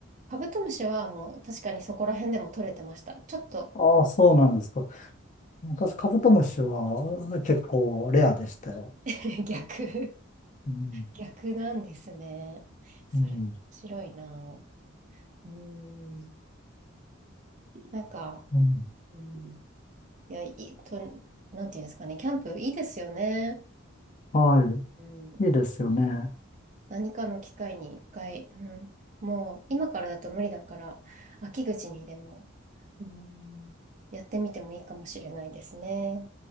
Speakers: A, on the right (about 40°); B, on the left (about 40°).
A: カブトムシはもう確かにそこら辺でも取れてました。ちょっと
B: ああ、そうなんですか。私、カブトムシは結構レアでしたよ。
A: <laughs> 逆、
B: うん、
A: 逆なんですね。それ面白いな。
B: うん、
A: うん。なんか、
B: うん。
A: うん、いや、いいと、なんていうんですかね、キャンプいいですよね。
B: は
A: うん。
B: い。いいですよね。
A: 何かの機会に一回、うん、もう今からだと無理だから、秋口にでも、うん、やってみてもいいかもしれないですね。